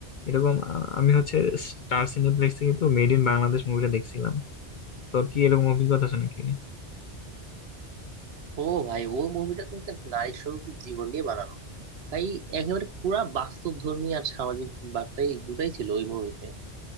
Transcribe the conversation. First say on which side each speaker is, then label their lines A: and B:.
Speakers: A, on the left (about 60°); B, on the right (about 65°).
A: এরকম আহ, আমি হচ্ছে স্টার সিনেপ্লেক্সে কিন্তু মেড ইন বাংলাদেশ মুভিটা দেখছিলাম তোর কি এরকম অভিজ্ঞতা আছে নাকি
B: ও ভাই ও মুভিটা তো হচ্ছে নারী শ্রমিকদের জীবন নিয়ে বানানো ভাই একেবারে পুরা বাস্তব ধর্মী আর সামাজিক বার্তাই দুটাই ছিল ওই মুভিতে